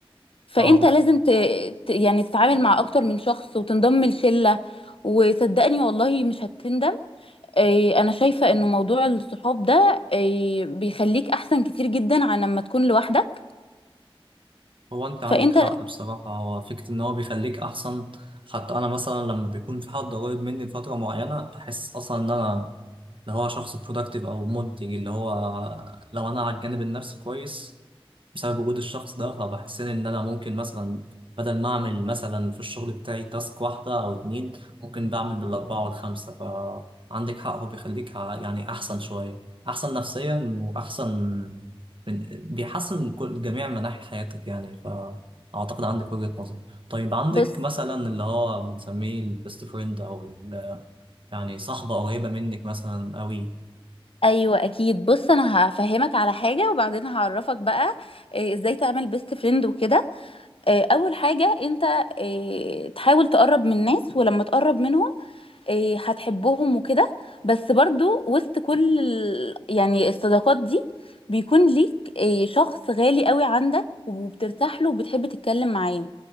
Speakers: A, on the left; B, on the right.
A: فانت
B: اه
A: لازم ت... ت- يعني تتعامل مع اكتر من شخص وتنضم لشلة وصدقني والله مش هتندم إيه انا شايفة انه موضوع الصحاب ده إيه بيخليك احسن كتير جدا عن لما تكون لوحدك
B: هو انت عندك
A: فانت
B: حق بصراحه هو فكره ان هو بيخليك احسن حتى انا مثلا لما بيكون في حد قريب مني لفتره معينه بحس اصلا ان انا اللي هو شخص productive او منتج اللي هو لو انا على الجانب النفسي كويس بسبب وجود الشخص ده فبحسين ان انا ممكن مثلا بدل ما اعمل مثلا في الشغل بتاعي تاسك واحدة او اتنين ممكن بعمل بالاربعة والخمسة فعندك حق هو بيخليك ع- يعني احسن شوية احسن نفسيا واحسن من- بيحسن من كل جميع مناحي حياتك يعني فاعتقد عندك وجهة نظر طيب عندك
A: بص
B: مثلا اللي هو بنسميه البيست فريند او ال- يعني صاحبة قريبة منك مثلا قوي
A: ايوه اكيد بص انا هفهمك على حاجة وبعدين هعرفك بقى إيه ازاي تعمل بيست فريند وكده إيه اول حاجة انت إيه تحاول تقرب من الناس ولما تقرب منهم إيه، هتحبهم وكده بس برضو وسط كل ال... يعني الصداقات دي بيكون ليك إيه، شخص غالي قوي عندك وبترتاح له وبتحب تتكلم معاه